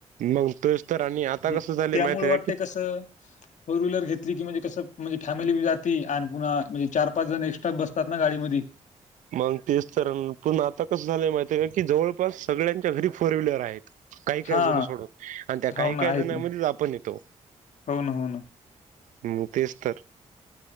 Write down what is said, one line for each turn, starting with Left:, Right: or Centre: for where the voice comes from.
Right: मग तोच तर आणि
Left: म्हणजे
Right: आता कसं झालं
Left: त्यामुळे
Right: माहीतेय
Left: वाटतंय
Right: क-
Left: <inaudible> फोर व्हीलर घेतली की, म्हणजे कसं म्हणजे फॅमिली जाती आणि पुन्हा म्हणजे चार, पाच जण एक्स्ट्रा बसतात ना गाडीमध्ये.
Right: मग तेच तर पण आता कसं झालंय माहितेय आहे का, की जवळपास सगळ्यांच्या घरी फोर व्हीलर आहेत. काही, काही
Left: हा
Right: जण सोडुन आणि त्या काही,
Left: हो ना
Right: काही
Left: आहेत
Right: जणांमध्येच
Left: ना
Right: आपण येतो.
Left: हो ना हो ना.
Right: मग तेच तर.